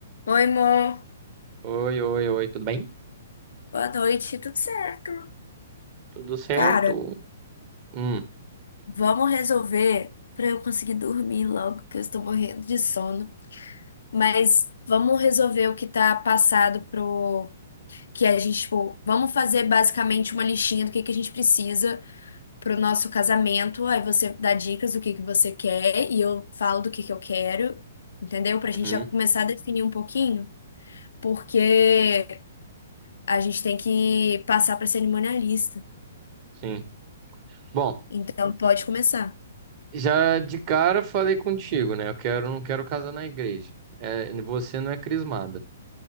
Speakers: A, on the left (about 80°); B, on the right (about 25°).
A: Oi, amor.
B: Oi, oi, oi, tudo bem?
A: Boa noite. Tudo certo?
B: Tudo certo?
A: Cara,
B: Hum,
A: vamos resolver pra eu conseguir dormir logo, que eu estou morrendo de sono. Mas vamos resolver o que tá passado pro que a gente, tipo, vamos fazer basicamente uma listinha do que que a gente precisa pro nosso casamento. Aí você dá dicas do que que você quer e eu falo do que que eu quero, entendeu? Pra
B: uhum,
A: gente já começar a definir um pouquinho, porque a gente tem que passar pra cerimonialista.
B: sim. Bom,
A: Então pode começar.
B: já de cara falei contigo, né? Eu quero, não quero casar na igreja. É, você não é crismada.